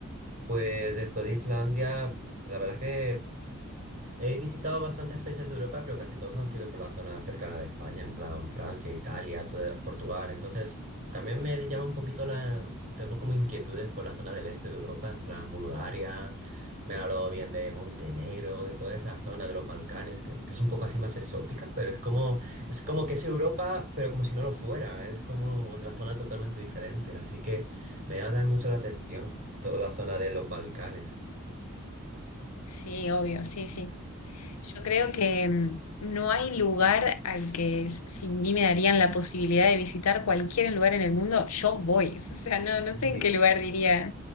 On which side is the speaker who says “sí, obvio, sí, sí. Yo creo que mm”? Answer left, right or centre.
Left